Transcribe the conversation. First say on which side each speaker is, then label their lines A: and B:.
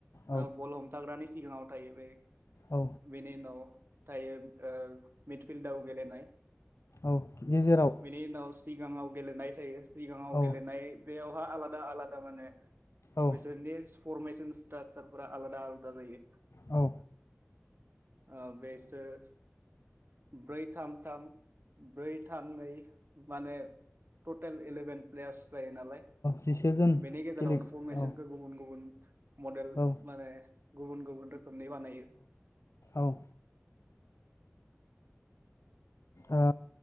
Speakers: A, on the left; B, on the right.
A: औ
B: ओ बल हमथाग्रानि सिगाङाव थायो बे
A: औ
B: बेनि उनाव थायो ओ मिडफिल्डाव गेलेनाय
A: औ गेजेराव
B: बेनि उनाव सिगाङाव गेलेनाय थायो सिगाङाव
A: औ
B: गेलेनाय बेयाव बाआलादा आदा आलादा माने
A: औ
B: बिसोरनि फरमेसन स्ट्राकसारफोरा आलादा आलादा जायो
A: औ
B: आं बेसोर ब्रै थाम थाम ब्रै थाम नै माने टटेल इलेभेन प्लेयार्स जायो नालाय
A: जिसेजोन
B: बेनि गेजेरावनो
A: गेले
B: फरमेसनखौ
A: औ
B: गुबुन गुबुन मडेल
A: औ
B: माने गुबुन गुबुन रोखोमनि बानायो।
A: औ ओ